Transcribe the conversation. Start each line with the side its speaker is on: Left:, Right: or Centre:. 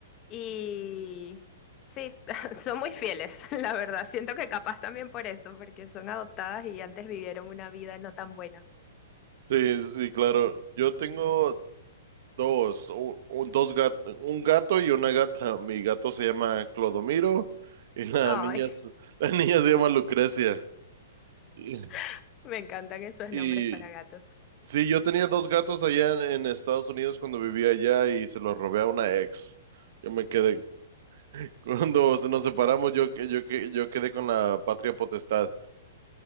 Left: y sí, <laughs> son muy fieles, <laughs> la verdad. Siento que capaz también por eso, porque son adoptadas y antes vivieron una vida no tan buena.
Right: Sí, sí, claro. Yo tengo, Dos, u- un, dos gat- un gato y una gata. Mi gato se llama Clodomiro y la
Left: Ay,
Right: niña, s- <laughs> la niña se llama Lucrecia. Y,
Left: <laughs> me encantan esos
Right: y
Left: nombres para gatos.
Right: sí, yo tenía dos gatos allá en, en Estados Unidos cuando vivía allá y se los robé a una ex. Yo me quedé, <laughs> cuando se- nos separamos, yo, que- yo, que- yo quedé con la patria potestad.